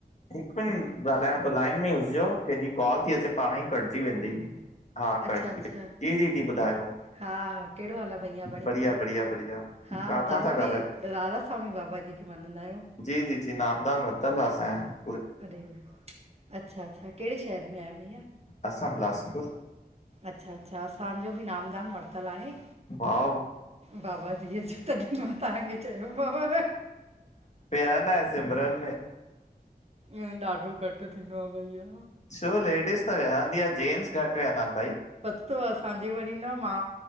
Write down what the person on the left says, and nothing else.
हिकु मिन्टु ॻाल्हायांव तो, लाइन में हुजिजो कंहिंजी कॉल ती अचे पांणई कटजी वेंदी। हा कट
जी व, जी दीदी ॿुधायो
बढ़िया- बढ़िया -बढ़िया।
काथां
था
ॻाल्हायो
जी- जी -जी, नामदान वरितल आ असां ॼो
असां बिलासपुर।
वाव!
विया न आहे सिमरन में।
छो लेडिस त विह्यंदी आ जेंट्स घटि विह्यंदा इनि भई